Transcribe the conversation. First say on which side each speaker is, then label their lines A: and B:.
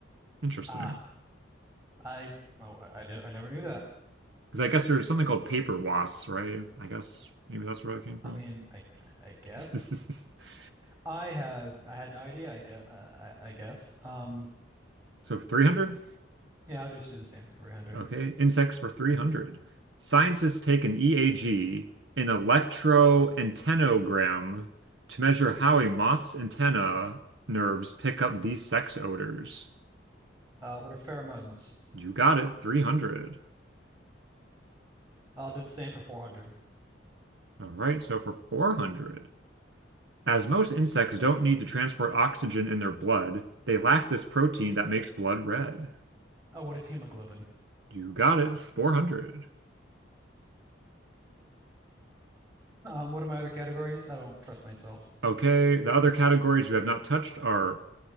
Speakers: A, on the right; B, on the right.
A: Interesting.
B: Ah, I, oh, I, I didn't- I never knew that.
A: Because I guess there's something called paper wasps, right? I guess maybe that's where that came from.
B: I mean, I I guess
A: <laughs>
B: I had I had no idea. I guess uh, I, I guess. Um,
A: So 300?
B: yeah, I'll just do the same for 300.
A: Okay. Insects for 300. Scientists take an EAG, an electroantennogram, to measure how a moth's antenna nerves pick up these sex odors.
B: Uh, what are pheromones?
A: You got it, 300.
B: I'll do the same for 400.
A: All right, so for 400. As most insects don't need to transport oxygen in their blood, they lack this protein that makes blood red.
B: Oh, what is hemoglobin?
A: You got it, 400.
B: Um, what are my other categories? I don't trust myself.
A: Okay, the other categories you have not touched are